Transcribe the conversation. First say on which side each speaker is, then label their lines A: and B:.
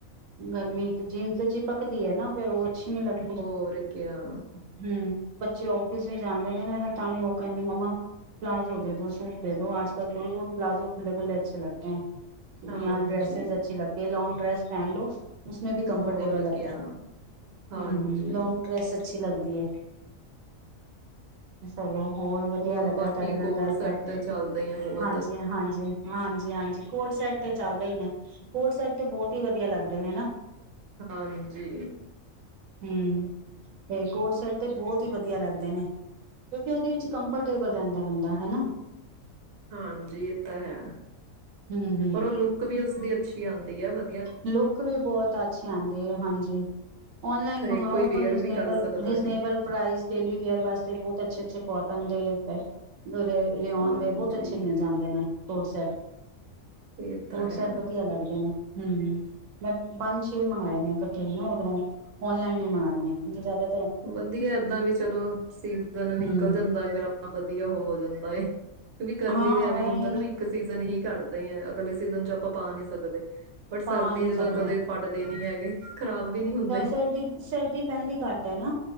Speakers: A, on the right; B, on the right.
A: ਗਰਮੀ ਤੇ ਜੀਨਸ ਚਿਪਕਦੀ ਹੈ ਨਾ ਫੇਰ ਉਹ ਅੱਛੀ ਨੀ ਲੱਗਦੀ
B: ਹੋਰ ਕਿਆ
A: ਹਮ। ਬੱਚੇ ਆਫਿਸ ਵੀ ਜਾਂਦੇ ਨੇ ਨਾ ਤਾਂ ਵੀ ਉਹ ਕਹਿੰਦੇ ਮਾਮਾ ਪਲਾਜ਼ੋ ਦੇ-ਦੋ, ਸੂਟ ਦੇ-ਦੋ ਅਜ ਕੱਲ ੜ ਪਲਾਜ਼ੋ ਖੁੱਲੇ-ਖੁੱਲ੍ਹੇ ਅੱਛੇ ਲੱਗਦੇ ਆ।
B: ਹਾਂਜੀ
A: ਯਾ ਡੈਸਜ਼ ਅੱਛੀ ਲਗਤੇ ਲੋਂਗ ਡ੍ਰੈਸ ਪੈਨ ਲੋ। ਉਸਮੇ ਭੀ ਕੰਫਰਟੇਬਲ
B: ਹੋਰ
A: ਲਗਤਾ
B: ਕਿਆ
A: ਹੈ।
B: ਹਾਂਜੀ
A: ਹਮ ਲੌਗ ਡ੍ਰੈਸ ਅੱਛੀ ਲੱਗਦੀ ਹੈ ਚਲੋ ਬਹੁਤ ਵਧੀਆ
B: ਹੋਰ
A: ਲੱਗਾ
B: ਬਾਕੀ
A: ਤੁਹਾਡੇ ਨਾਲ
B: ਕੋਡ
A: ਗੱਲ
B: ਸੈਟ
A: ਕਰਕੇ
B: ਚੱਲਦੇ ਆ ਬਹੁਤ
A: ਹਾਂਜੀ-ਹਾਂਜੀ, ਹਾਂਜੀ-ਹਾਂਜੀ। ਕੋਟ ਸੈੱਟ ਤੇ ਚੱਲਦਾ ਹੀ ਨਾ ਕੋਟ ਸੈੱਟ ਤੇ ਬਹੁਤ ਵਧੀਆ ਲੱਗਦੇ ਨੇ ਨਾ
B: ਹਾਂਜੀ,
A: ਹੂੰ, ਤੇ ਕੋਟ ਸੈਟ ਤੇ ਬਹੁਤ ਹੀ ਵਧੀਆ ਲੱਗਦੇ ਨੇ ਕਿਉਂਕਿ ਉਹਦੇ ਵਿੱਚ ਕੰਫਰਟੇਬਲ ਰਹਿੰਦਾ ਬੰਦਾ ਹਨਾ
B: ਹਾਂਜੀ ਇਹ ਤਾਂ ਹੈ।
A: ਹਮ
B: ਪਰ ਉਹ ਲੁੱਕ ਵੀ ਉਸਦੀ ਅੱਛੀ ਆਂਦੀ ਐ ਵ
A: ਲੁਕ ਵੀ ਬਹੁਤ ਅੱਛੀ ਆਂਦੀ ਹਾਂਜੀ ਆਨਲਾਈਨ
B: ਹਰੇਕ
A: ਮੰਗਓ
B: ਕੋਈ ਵੇਅਰ
A: <unintelligible>
B: ਵੀ ਕਰ ਸਕਦਾ ਏ
A: ਡੇਲੀ ਵੇਅਰ ਵਾਸਤੇ ਅੱਛੇ ਅੱਛੇ ਕੋਟਨ ਦੇ ਫ <unintelligible> ਰਉਣ
B: ਹਾਂਜੀ
A: ਦੇ ਬਹੁਤ ਅੱਛੇ ਮਿਲ ਜਾਂਦੇ ਨੇ ਕੋਰਡ ਸੈੱਟ
B: ਇਹ ਤਾਂ
A: ਕੋਰਟ
B: ਹੈ।
A: ਸੈਟ ਵਧੀਆ ਲੱਗਦੇ ਨੇ ਹੂੰ, ਮੈਂ ਪੰਜ ਛੇ ਮੰਗਵਾਏ ਨੇ ਇਕੱਠੇ ਨਾ ਉਧਰੋਂ ਔਨਲਾਈਨ ਹੀ ਮੰਗਵਾਏ ਨੇ ਜ਼ਿਆਦਾ
B: ਵਧੀਆ ਏਦਾਂ ਵੀ ਚਲੋ ਸੀਜਨ ਨਿਕਲ
A: ਹੂੰ
B: ਜਾਂਦਾ ਫੇਰ ਆਪਣਾ ਵਧੀਆ ਹੋ ਜਾਂਦਾ ਹੈ ਕਿਉਂਕਿ ਗਰਮੀ
A: ਹਾਂ
B: ਦਾ ਐਵੇਂ ਹੁੰਦਾ
A: ਇਹ
B: ਨਾ ਵੀ ਇੱਕ ਸੀਜਨ ਹੀ ਘੱਟਦੇ ਆ ਅਗਲੇ ਸੀਜ਼ਨ ਚ ਆਪ ਆਪਾਂ ਪਾ ਨਹੀਂ ਸਕਦੇ ਬਟ ਸਰਦੀ
A: ਪਾ ਨਹੀਂ
B: ਦੇ
A: ਸਕਦਾ
B: ਤਾਂ ਕਦੇ ਫਟਦੇ ਨਹੀਂ ਹੈਗੇ ਖ਼ਰਾਬ ਵੀ ਨਹੀਂ ਹੁੰਦੇ।
A: ਸਰਦੀ ਸਰਦੀ ਪੈਂਦੀ ਘੱਟ ਹੈ ਹੈਨਾ